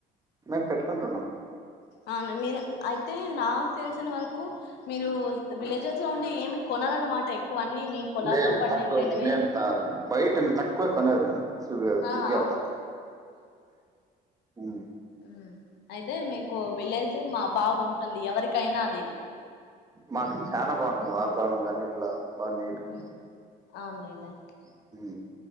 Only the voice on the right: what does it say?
మేము పెట్టుకుంటున్నాం
లే లే
తక్కువ మేము బయట తక్కువే కొనేది మేం సు
సు్గ
అంత ఊ
మాకు చాలా బాగుంటుంది వాతావరణం కానీ ఇట్లా బా నీట్ గా
సఓ